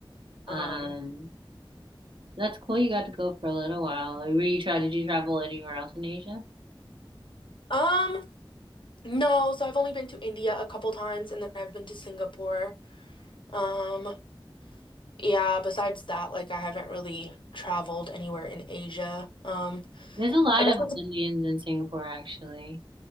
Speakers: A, on the right; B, on the left.
A: Um,
B: Um,
A: that's cool. You got to go for a little while. Were you try? Did you travel anywhere else in Asia?
B: um, no, so I've only been to India a couple times and then I've been to Singapore. Um, yeah, besides that, like I haven't really traveled anywhere in Asia. Um,
A: There's a lot
B: I definitely
A: of Indians in Singapore, actually.